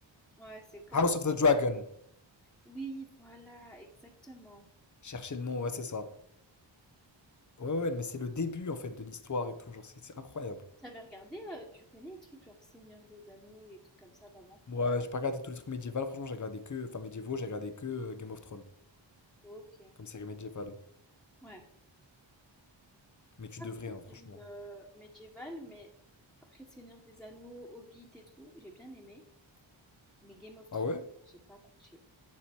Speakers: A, in the centre; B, on the left.
A: Ouais, c'est comme...
B: House of the Dragon.
A: Oui, voilà, exactement.
B: Cherchez le nom, ouais, c'est ça. Ouais, ouais, mais c'est le début en fait de l'histoire et tout, genre c'est c'est incroyable.
A: T'avais regardé, euh, tu connais les trucs genre Seigneur des Anneaux, les trucs comme ça d'avant?
B: Moi, j'ai pas regardé tous les trucs médiévaux, franchement j'ai regardé que, enfin médiévaux, j'ai regardé que euh, Game of Thrones.
A: Ok.
B: comme série médiévale.
A: Ouais.
B: Mais tu
A: Après,
B: devrais, hein, franchement.
A: série euh, médiévale, mais après Seigneur des Anneaux, Hobbit et tout, j'ai bien aimé. Mais Game of Thrones,
B: Ah ouais?
A: non, j'ai pas accroché.